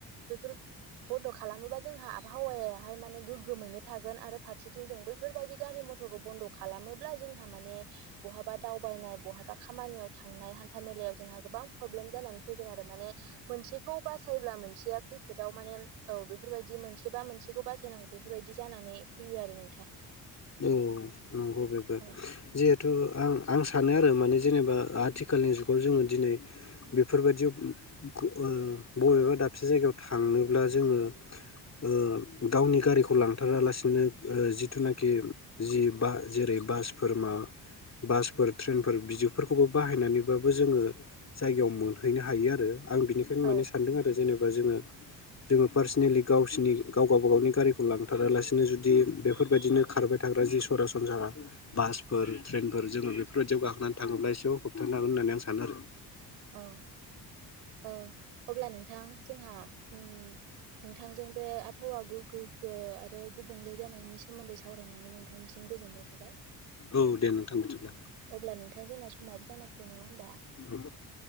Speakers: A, on the right; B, on the left.
A: बेफोर बन्द' खालामोबा जोंहा आबहावायाहाय माने गोग्गोमैनो थागोन आरो फारसेथिं जों बैफोरबायदि गारि मथ मथरखौ बन्द खालामोब्ला जोंहा माने बहाबा दावबायनाय बहाबा खामानियाव थांनाय हानथामेल। मेलायाव जोंहा गोबां प्रब्लेम जानानै फैगोन आरो माने मोनसेखौ बासायब्ला मोनसेया खैफोदाव माने औ बे फोरबायदि मोनसे बा मोनसेखौ बासायनांगौ बेफोरबायदि जानानै फैयो आरो नोंथां।
B: औ नंगौ बेबो
A: औ
B: जिहेथु आं आं सा सानो आरो माने जेनेबा आथिखालनि जुगाव जोंङो दिनै बेफोरबायदि खौ ओ बबेबा दाबसे जायगायाव थांनोब्ला जोंङो ओ गावनि गारिखौ लांथारालासिनो ओ जिथुनाखि खि जि बा जेरै बासफोर मा बासफोर ट्रेनफोर बिदिफोरखौबो बाहायनानैबाबो जोंङो जायगायाव मोनहैनो हायो आरो। आं बिनिखायनो
A: औ
B: माने सानदों आरो जेनेबा जोंङो जोंङो पार्सनेलि गावसिनि गाव गावबा गावनि गारिखौ लांथारालासिनो जुदि बेफोरबायदिनो खारबाय थाग्रा जि सरासनस्रा बासफोर ट्रेनफोर जोंङो बेफोरबायदियाव गाखोनानै थांङोब्ला एसेब्लाबो होप्थानो नो हागोन होननानै आं सानो आरो।
A: औ। ओ अब्ला नोंथां जोंहा उम नोंथांजों बे आबहावा गोगो गोग्गो आरो गुबुंले जानायनि सोमोन्दै सावरायनानै नोंथांनिसिम गोजोननाय थाबाय।
B: औ दे नोंथां बिदिब्ला।
A: अब्ला नोंथां जोंना समाबो जाना फैबाय नंङा होमबा
B: औ